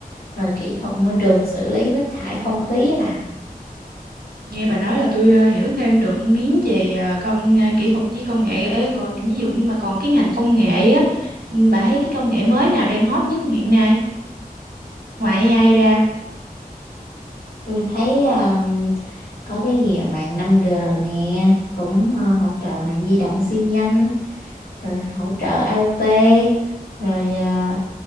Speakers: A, on the left (about 75°); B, on the right (about 80°).
A: rồi kỹ thuật môi trường xử lý nước thải không khí á bạn
B: nghe bà nói là tôi ờ, hiểu thêm được miếng về ờ, công ờ, kỹ thuật với công nghệ Ê, còn ví dụ như mà còn cái ngành công nghệ á ừ, bà thấy cái công nghệ mới nào đang hot nhất hiện nay ngoài AI ra
A: tôi thấy à, có cái gì à, mạng năm g nè cũng à, hỗ trợ mạng di động siêu nhanh rồi hỗ trợ IoT rồi ờ,